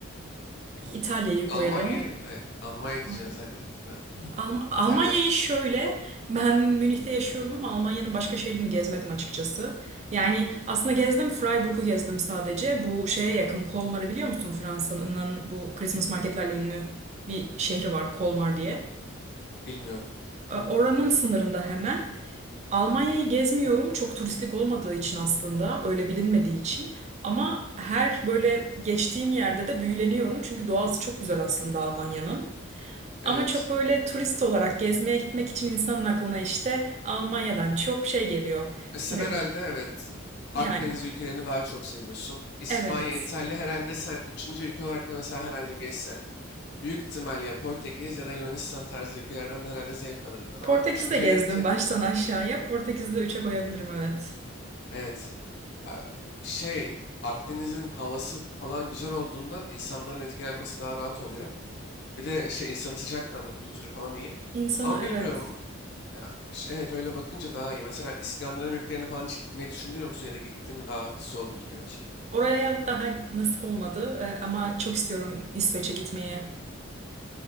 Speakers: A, on the right; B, on the left.
A: İtalya'yı koyarım.
B: Almanya, evet, Almanya diyeceğini
A: Ah,
B: zannettim ben.
A: Alm- Almanya'yı
B: İtalya,
A: şöyle, ben Münih'te yaşıyorum ama Almanya'nın başka şehrini gezmedim açıkçası. Yani aslında gezdim, Freiburg'u gezdim sadece. Bu şeye yakın, Kolmar'ı biliyor musun? Fransa'nın bu Christmas marketlerle ünlü bir şehri var, Kolmar diye.
B: bilmiyorum.
A: E, Oranın sınırında hemen. Almanya'yı gezmiyorum, çok turistik olmadığı için aslında, öyle bilinmediği için. Ama her böyle geçtiğim yerde de büyüleniyorum çünkü doğası çok güzel aslında Almanya'nın.
B: Evet.
A: Ama çok böyle turist olarak gezmeye gitmek için insanın aklına işte Almanya'dan çok şey geliyor.
B: E, sen
A: E,
B: herhalde evet Akdeniz
A: Yani
B: ülkelerini daha çok seviyorsun. İspanya,
A: evet.
B: İtalya herhalde sen üçüncü ülke olarak da mesela herhalde geçsen. Büyük ihtimal ya Portekiz ya da Yunanistan tarzı ülkelerden de herhalde zevk alırdın. Ama
A: Portekiz'de
B: üçüncüye
A: gezdim
B: ne diyeceksin?
A: baştan
B: ta-
A: aşağıya. Portekiz'de üçe koyabilirim evet.
B: Evet. a, Şey Akdeniz'in havası falan güzel olduğundan insanların etkilenmesi daha rahat oluyor. Bir de şey insanı sıcakkanlı kültürü falan iyi.
A: İnsanı
B: Ama bilmiyorum.
A: evet.
B: Ya, ş- evet öyle bakınca daha iyi. Mesela İskandinav ülkelerine falan hiç gitmeyi düşünüyor musun ya da gitti mi daha soğuk ülkeler?
A: Oraya daha nasip olmadı e, ama çok istiyorum İsveç'e gitmeyi.